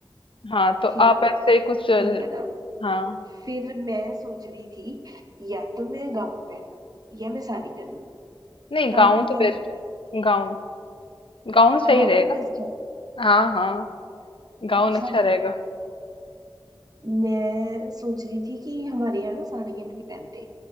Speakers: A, on the left; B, on the right.
A: हाँ तो
B: थीम
A: आप ऐसे ही कुछ ल-
B: ठीक है ना
A: हाँ
B: फिर मैं सोच रही थी या तो मैं गाउन पहनूं या मैं साड़ी पहनूं
A: नहीं
B: तो
A: गाउन
B: आपको
A: तो
B: क्या
A: बेस्ट
B: लगता
A: है
B: है
A: गाउन गाउन सही
B: गाउन
A: रहेगा
B: बेस्ट है
A: हाँ हाँ गाउन
B: अच्छा
A: अच्छा रहेगा
B: मैं सोच रही थी कि हमारे यहाँ ना साड़ियाँ नहीं पहनते